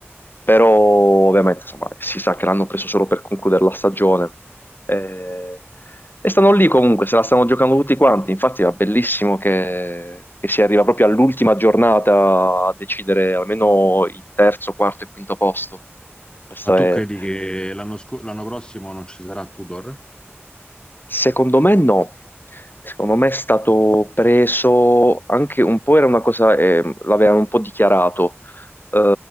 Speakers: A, on the left; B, on the left.
A: Però ovviamente insomma, si sa che l'hanno preso solo per concludere la stagione. Eh, E, stanno lì comunque, se la stanno giocando tutti quanti. Infatti è bellissimo che, che si arriva proprio all'ultima giornata a decidere almeno il terzo, quarto e quinto posto. Questo
B: Ma tu
A: è
B: credi che l'anno sco- l'anno prossimo non ci sarà Tudor?
A: Secondo me no, secondo me è stato preso anche un po', era una cosa, eh, l'avevano un po' dichiarato, Eh,